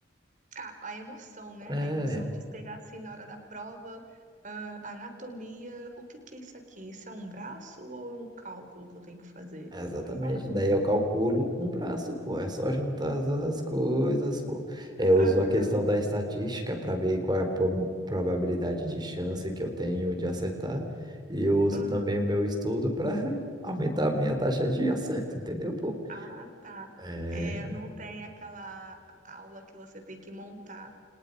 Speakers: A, on the right; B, on the right.
A: Ah, a emoção, né?
B: É,
A: A emoção de pegar assim na hora da prova, ah, anatomia, o que que é isso aqui? Isso é um braço ou é um cálculo que eu tenho que fazer?
B: É, Exatamente.
A: É, realmente.
B: Daí eu calculo um braço, pô. É só juntar as coisas, pô. Eu uso
A: Aham,
B: a questão da estatística para ver qual é a po- probabilidade de chance que eu tenho de acertar. E eu uso
A: aham.
B: também o meu estudo para <laughs> aumentar a minha taxa de acerto, entendeu, pô?
A: Ah, tá.
B: É,
A: É, não tem aquela aula que você tem que montar